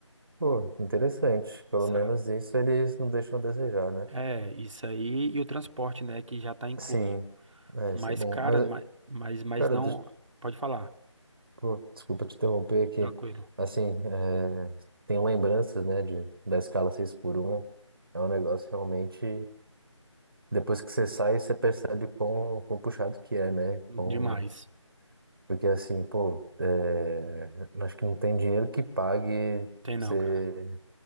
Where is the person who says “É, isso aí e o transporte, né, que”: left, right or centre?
Right